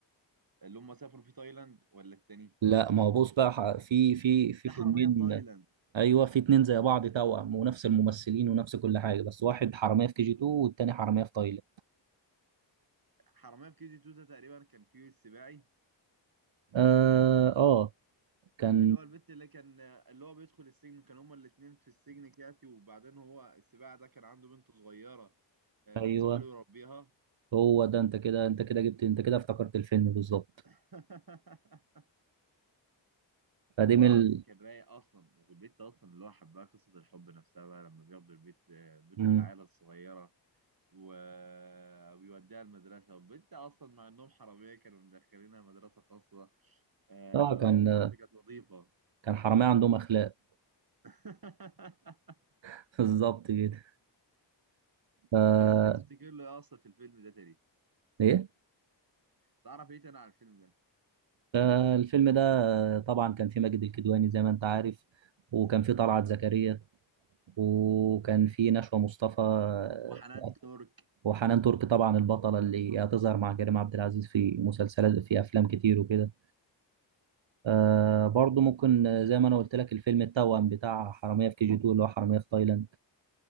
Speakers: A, on the right; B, on the right.
A: اللي هم سافروا في تايلاند ولا التاني
B: لا ما هو بص بقى ح- في في في
A: ده
B: فيلمين
A: حرامية في تايلاند
B: ايوه في اتنين زي بعض توأم ونفس الممثلين ونفس كل حاجة بس واحد حرامية في كي جي 2 والتاني حرامية في تايلاند
A: حرامية في كي جي 2 ده تقريبا كان فيه السباعي
B: اه آه، كان
A: اللي هو البت اللي كان اللي هو بيدخل السجن كان هما الاتنين في السجن كياتي وبعدين هو السباعي ده كان عنده بنت صغيرة آه،
B: ايوه
A: بيسيبها له يربيها
B: هو ده انت كده انت كده جبت انت كده افتكرت الفيلم بالظبط
A: <laughs>
B: فدي
A: والله
B: من
A: العظيم
B: ال...
A: كان رايق اصلا والبت اصلا اللي هو حبها قصة الحب نفسها بقى لما بياخدوا البت آه، بنت
B: مم.
A: العيلة الصغيرة و- وبيوديها المدرسة والبنت أصلا مع إنهم حرامية كانوا مدخلينها مدرسة خاصة آه،
B: اه كان
A: والمدرسة كانت نظيفة
B: كان حرامية عندهم اخلاق
A: <laughs>
B: <laughs> بالظبط كده ف
A: بس انت تفتكر له ايه اصلا في الفيلم ده تاني
B: ايه
A: تعرف ايه تاني عن الفيلم ده
B: فالفيلم ده آه، طبعا كان فيه ماجد الكدواني زي ما انت عارف وكان فيه طلعت زكريا وكان فيه نشوى مصطفى آه،
A: وحنان ترك
B: وحنان ترك طبعا البطلة اللي هتظهر مع كريم عبد العزيز في مسلسلات في أفلام كتير وكده آه برضو ممكن آه، زي ما أنا قلت لك الفيلم التوأم بتاع حرامية في كي جي 2 اللي هو حرامية في تايلاند